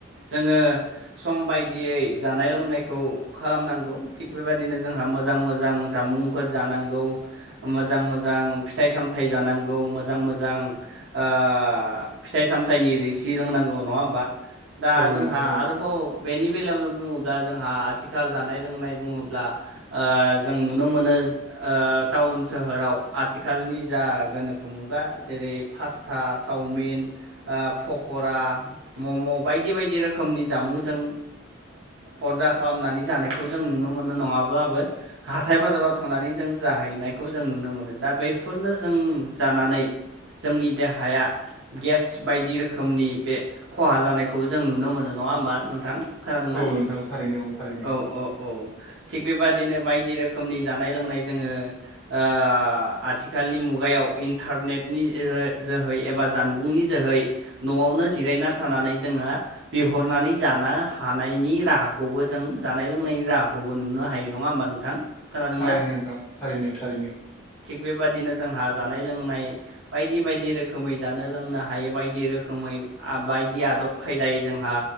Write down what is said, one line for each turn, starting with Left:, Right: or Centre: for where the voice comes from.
Right: जोंङो सम बायदियै जानाय लोंनायखौ खालामनांगौ थिग बेबायदिनो जोंहा मोजां मोजां जामुंफोर जानांगौ मोजां मोजां फिथाइ- सामथाइ जानांगौ मोजां मोजां ओ फिथाइ सामथाइनि रोसि लोंनांगौ नंङा होमबा दा
Centre: औ
Right: जोंहा
Centre: नोंथां औ
Right: आरोबाव बेनि बेलायावनो बुंङोब्ला जोंहा आथिखाल जानाय लोंनाय बुङोब्ला ओ जों नुनो मोनो ओ टाउन सोहोराव आथिखालनि जा गोनोखो मुगा जेरै फासथा सावमिनओ फक करा‌ मम बायदि बायदि रोखोमनि जामुं जों अर्डार खालामनानै जानायखौ जों नुनो मोनो नङाब्लाबो हाथाय बाजाराव थांनानै जों जाहैनायखौ जों नुनो मोनो दा बेफोरनो जों जानानै जोंनि देहाया गेस बायदि रो खोमनि बे खहा जानायखौ जों नुनो मोनो नङा होमबा नोंथां खोनादोंना
Centre: औ नोंथां थारैनो औ थारैनो
Right: औ औ
Centre: <inaudible>
Right: औ थिग बेबादिनो बायदि रोखोमनि जानाय लोंनाय जोंङो ओ आथिखालनि मुगायाव इन्टारनेटनि जोहै एबा जानबुंनि जोहै नआवनो जिरायना थानानै जोंङो बिहरनानै जानो हानायनि राहाखौबो जों जानाय लोंनायनि राहाखौबो नुनो हायो नंङा होमबा नोंथां खोनादोंना
Centre: थारैनो नोंथां थारैनो थारैनो
Right: बेबायदिनो जोंहा जानाय लोंनाय बायदि बायदि रोखोमै जानो लोंनो हायो बायदि रोखोमै बायदि आदब खायदायै जोंहा